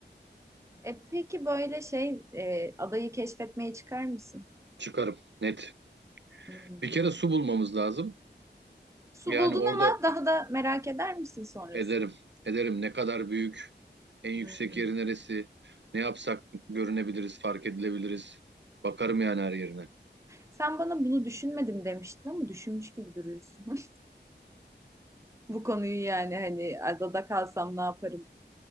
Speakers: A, on the right (about 15°); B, on the right (about 75°).
A: E peki böyle şey e, adayı keşfetmeye çıkar mısın?
B: Çıkarım. Net.
A: Hmm.
B: Bir kere su bulmamız lazım.
A: Su
B: Yani
A: buldun
B: orada
A: ama daha da merak eder misin sonrası?
B: ederim. Ederim ne kadar büyük. En yüksek
A: Hmm.
B: yeri neresi? Ne yapsak görünebiliriz, fark edilebiliriz. Bakarım yani her yerine.
A: Sen bana bunu düşünmedim demiştin ama düşünmüş gibi duruyorsun. <laughs> Bu konuyu yani hani adada kalsam ne yaparım?